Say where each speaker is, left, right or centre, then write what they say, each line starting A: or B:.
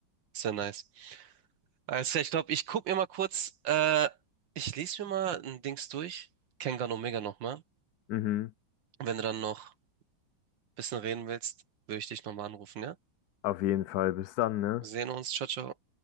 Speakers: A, on the right; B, on the left.
A: Sehr nice. Alles klar, ich glaube, ich gucke mir mal kurz, äh, ich lese mir mal ein Dings durch. Kengan Omega nochmal.
B: mhm.
A: Und wenn du dann noch ein bisschen reden willst, würde ich dich nochmal anrufen, ja?
B: Auf jeden Fall. Bis dann, ne?
A: Wir sehen uns. Ciao, ciao.